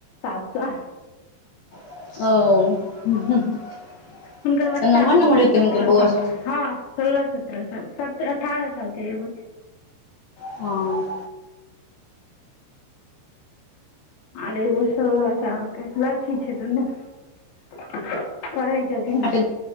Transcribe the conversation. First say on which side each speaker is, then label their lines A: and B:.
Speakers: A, on the left; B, on the left.
A: सात साल
B: ओ
A: हुनकर बच्चासभ
B: तऽ नमहर नमहर
A: छनि
B: हेतै
A: सत्ररह
B: हुनकर बौआ
A: सालके
B: सब
A: हँ सोलह सत्रह साल सत्र अठारह साल के एगो छै
B: हँ
A: आर एगो सोलह सालके लड़की छै दुनू पढै छथिन
B: अच्छा